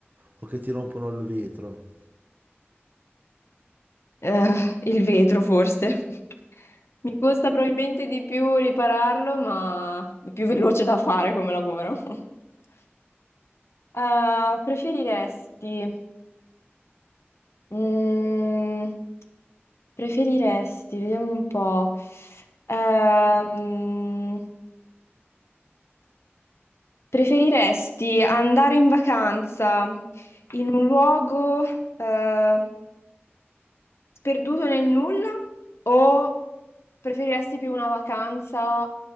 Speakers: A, on the right (about 45°); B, on the left (about 75°).
A: o che ti rompono il vetro?
B: Eh, il vetro forse. <laughs> Mi costa probabilmente di più ripararlo, ma è più veloce da fare come lavoro. <laughs> Eh, preferiresti mm, Preferiresti, vediamo un po'. Ehm, preferiresti andare in vacanza in un luogo eh, sperduto nel nulla o preferiresti più una vacanza